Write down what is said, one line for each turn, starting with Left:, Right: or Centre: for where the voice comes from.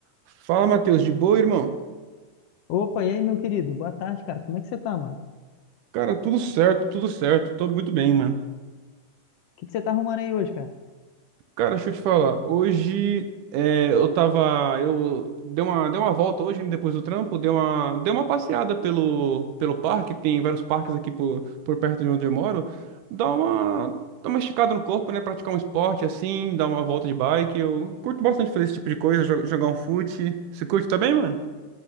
Right: Fala, Matheus, de boa, irmão?
Left: Opa, e aí, meu querido? Boa tarde, cara. Como é que você tá, mano?
Right: Cara, tudo certo, tudo certo, tô muito bem, mano.
Left: O que que você tá arrumando aí hoje, cara?
Right: Cara, deixa eu te falar, hoje é, eu tava, eu dei uma, dei uma volta hoje, né, depois do trampo, dei uma, dei uma passeada pelo, pelo parque, tem vários parques aqui por, por perto de onde eu moro, dá uma, dá uma esticada no corpo, né, praticar um esporte assim, dar uma volta de bike, eu curto bastante fazer esse tipo de coisa, jo- jogar um fute. Você curte também, mano?